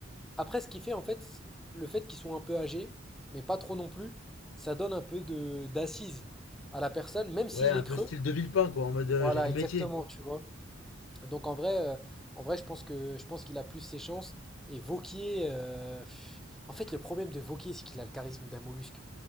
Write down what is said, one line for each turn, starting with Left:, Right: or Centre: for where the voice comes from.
Centre: Après, ce qui fait en fait, c'est- le fait qu'ils soient un peu âgés, mais pas trop non plus, ça donne un peu de d'assise à la personne, même s'il
Left: Ouais, un
Centre: est
Left: peu
Centre: creux.
Left: style de Villepin, quoi, en mode euh,
Centre: Voilà,
Left: j'ai du
Centre: exactement,
Left: métier.
Centre: tu vois. Donc en vrai, euh, en vrai, je pense que je pense qu'il a plus ses chances. Et Vauquier, euh, pff, en fait, le problème de Vauquier, c'est qu'il a le charisme d'un mollusque.